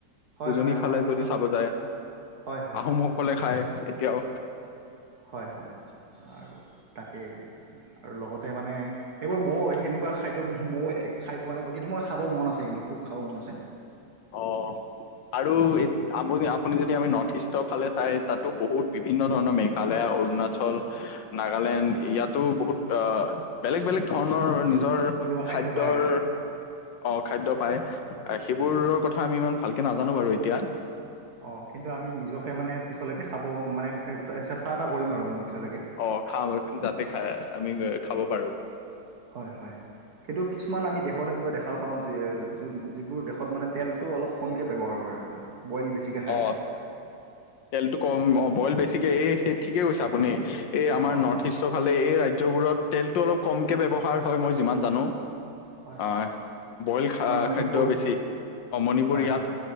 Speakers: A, on the right; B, on the left.
A: হয়
B: উজনিৰ
A: হয় আমাৰ
B: ফালে
A: কিছুমান
B: যদি চাব যায়
A: হয় হয়
B: আহোম সকলে খায় এতিয়াও
A: হয় হয় আৰু তাকেই আৰু লগতে মানে সেইবোৰ মৌ সেনেকুৱা খাদ একদম ময়ো খাই পোৱা নাই কিন্তু মই খাবৰ মন আছে কিন্তু খুব খাব মন আছে
B: অ আৰু
A: অঁ অঁ
B: আপুনি আপুনি যদি আমি নৰ্থ ইষ্টৰ ফালে চাই তাতো বহুত বিভিন্ন ধৰণৰ মেঘালয় অৰুণাচল নাগালেণ্ড
A: হয়
B: ইয়াতো বহুত বেলেগ বেলেগ ধৰণৰ নিৰ
A: থলুৱা খাদ্য
B: খাদ্যৰ
A: পায় আৰু
B: অ খাদ্য পায় সেইবোৰৰ
A: হয়
B: ম ইমান ভালকে নাজানো বাৰু এতিয়া
A: অ কিন্তু আমি নিজকে মানে পিছলৈকে খাব মানে চেষ্টা এটা কৰিম আৰু মানে পিছলৈকে
B: অ খাম যাতে খা আমি খাব পাৰো
A: হয় হয় কিন্তু কিছুমান আমি দেশত এনেকুৱা দেখা পাওঁ যে য যিবোৰ দেশত মানে তেলটো অলপ কমকে ব্যৱহাৰ কৰে মানে বইল বেছিকৈ চায়
B: অ তেলটো কম অ বইল বেছিকে এইেই ঠিকেই কৈছে আপুনি এই আমাৰ
A: অঁ
B: নৰ্থ
A: অঁ
B: ইষ্টৰ ফালে এই ৰাজ খ্যবোৰত তেলটো অলপ কমকে ব্যয়ৱহাৰ হয় মই যিমান জানো
A: হয়
B: আহ
A: হয়
B: বইল খা
A: তোমাৰ মণিপুৰ
B: খাদ্্য বেছি অমণিপুৰ
A: হয়
B: ইয়াত
A: হয়